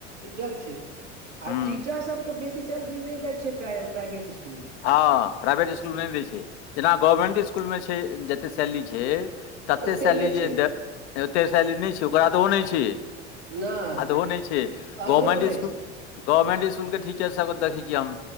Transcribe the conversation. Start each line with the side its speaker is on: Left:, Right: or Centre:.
Right: इज्जत छै,
Left: हूँ
Right: आ टीचर सबके बेसी सैलरी नहि दै छै प्राय- प्राइवेट इस्कुल मे।
Left: हँ प्राइवेट इसकुलमे नै दै छै, जेना गवर्मेन्ट इसकुलमे छै जत्ते सैलरी छै तते
Right: ओते
Left: सैली
Right: नहि
Left: जे
Right: छै
Left: दे, तेते सैली नहि छै, ओकरा त ओ नहि छै
Right: नहि
Left: आधहो नहि छै।
Right: आधो
Left: गवर्मेंट
Right: नहि
Left: इसकुल
Right: छै
Left: गवर्मेंट स्कूल के टीचर सब के देखै छियै हम।